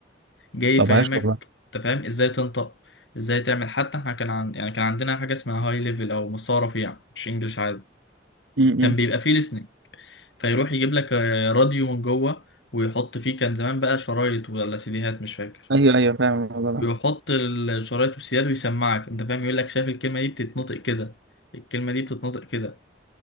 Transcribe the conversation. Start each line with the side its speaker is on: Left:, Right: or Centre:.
Left: جاي يفهمك
Right: طب عايش والله
Left: انت فاهم ازاي تنطق ازاي تعمل حتى احنا كان عن... يعني كان عندنا حاجة اسمها هاي ليفل او مستوى رفيع مش انجلش عادي
Right: امم
Left: كان بيبقى فيه listening فيروح يجيب لك آه، راديو من جوه ويحط فيه كان زمان بقى شرايط ولا سيديهات مش فاكر
Right: ايوه ايوه فاهم الموضوع ده
Left: يحط الشرايط والسيدات ويسمعك انت فاهم يقول لك شايف الكلمة دي بتتنطق كده الكلمة دي بتتنطق كده